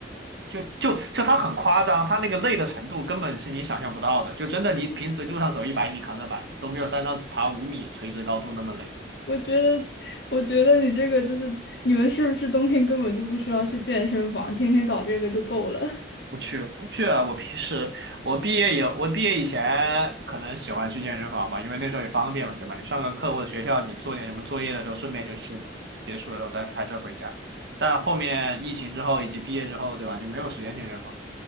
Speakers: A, on the right; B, on the left.
A: 就就就它很夸张，它那个累的程度根本是你想象不到的。就真的你平时路上走一百米扛着板都没有山上爬五米垂直高度那么累。
B: 我觉得，我觉得你这个就是你们是不是冬天根本就不需要去健身房，天天搞这个就够了。<laughs>
A: 不去不去啊！我平时我毕业以我毕业以前可能喜欢去健身房吧，因为那时候也方便嘛，对吧？你上个课或者学校你做点什么作业的时候，顺便就去了，结束了之后再开车回家。但后面疫情之后以及毕业之后，对吧？就没有时间健身房，